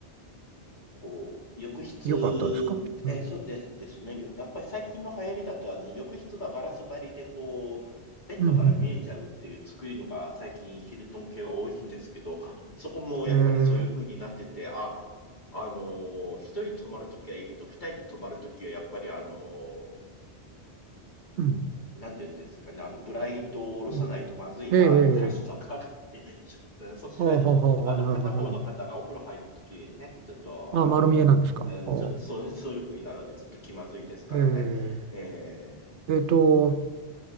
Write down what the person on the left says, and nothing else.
こう、浴室、
えーそうですですね。よやっぱり最近の流行りだと、あの、浴室がガラス張りで、こう、ベッドから見えちゃうっていう作りのが最近ヒルトン系は多いんですけど、
そこもやっぱりそういう風になってて、
あ、あのー一人で泊まるときはいいけど、二人で泊まるときはやっぱりあのー
なんて言うんですかね、あの、ブラインドを下ろさないとまずいな、
みたいなことを考えてしまったね。<laughs> そうしないと、
あの、
片方の方がお風呂入ってるときにね、ちょっと、
あの、
うん、
ちょっとそう、そういうふうになるので、ちょっと気まずいですからね。
えー